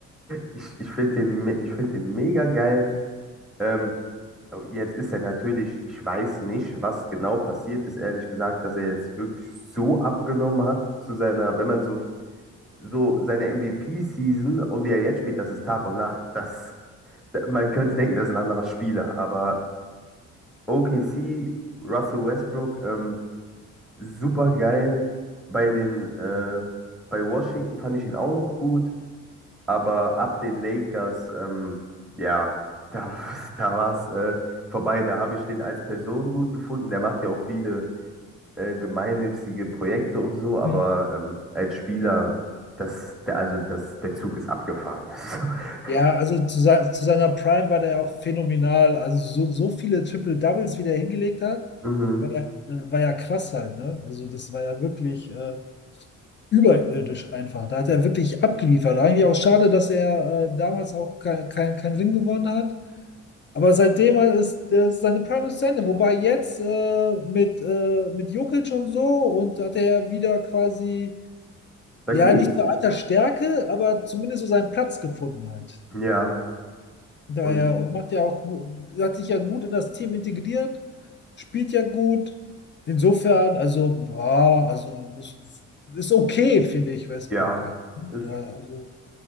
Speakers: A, in the centre; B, on the left.
A: Ich, ich finde den, me- ich find den mega geil. Ähm, oh, jetzt ist er natürlich, ich weiß nicht, was genau passiert ist, ehrlich gesagt, dass er jetzt wirklich so abgenommen hat zu seiner, wenn man so so seine MVP-Season und wie er jetzt spielt, das ist Tag und Nacht. Das, man könnte denken, das ist ein anderer Spieler, aber OKC, Russell Westbrook, ähm, super geil. Bei den, äh, bei Washington fand ich ihn auch noch gut, aber ab den Lakers, ähm, ja, da, <laughs> da war es äh, vorbei. Da habe ich den als Person gut gefunden. Der macht ja auch viele äh, gemeinnützige Projekte und so, aber
B: Hm.
A: ähm, als Spieler, das, der, also das, der Zug ist abgefahren. <laughs>
B: Ja, also zu, se zu seiner Prime war der ja auch phänomenal. Also so, so viele Triple-Doubles, wie der hingelegt hat,
A: Also, mhm,
B: war ja, äh, war ja krass halt, ne? Also das war ja wirklich äh, überirdisch einfach. Da hat er wirklich abgeliefert. Eigentlich auch schade, dass er äh, damals auch kein, kein, kein Ring gewonnen hat. Aber seitdem ist, ist seine Prime ist zu Ende. Wobei jetzt äh, mit, äh, mit Jokic und so und hat er ja wieder quasi,
A: da
B: ja,
A: geht's.
B: nicht nur alter Stärke, aber zumindest so seinen Platz gefunden halt.
A: Ja,
B: Daher
A: und
B: und macht ja auch, gu- hat sich ja gut in das Team integriert, spielt ja gut. Insofern, also, boah, also es ist ist okay, finde ich, Westbrook
A: ja,
B: halt.
A: ist,
B: Ja, also